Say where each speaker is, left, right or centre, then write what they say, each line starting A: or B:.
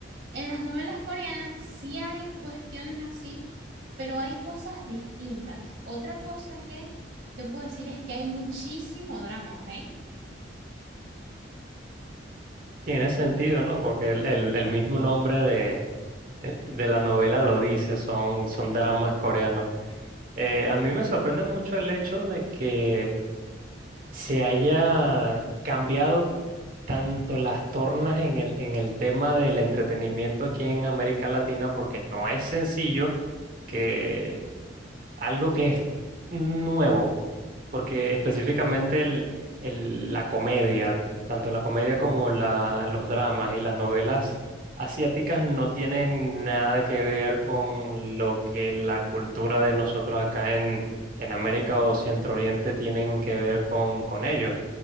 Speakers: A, on the right; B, on the right.
A: En las novelas coreanas sí hay cuestiones así, pero hay cosas distintas. Otra cosa que te puedo decir es que hay muchísimo drama, ¿ok?
B: Tiene sentido, ¿no? Porque el, el- el mismo nombre de, eh, de la novela lo dice, son, son dramas coreanos. Eh, a mí me sorprende mucho el hecho de que se haya cambiado tanto las tornas en el, en el tema del entretenimiento aquí en América Latina, porque no es sencillo que algo que es nuevo, porque específicamente el, el- la comedia, tanto la comedia como la, los dramas y las novelas asiáticas no tienen nada que ver con lo que la cultura de nosotros acá en, en América o Centro Oriente tienen que ver con, con ellos.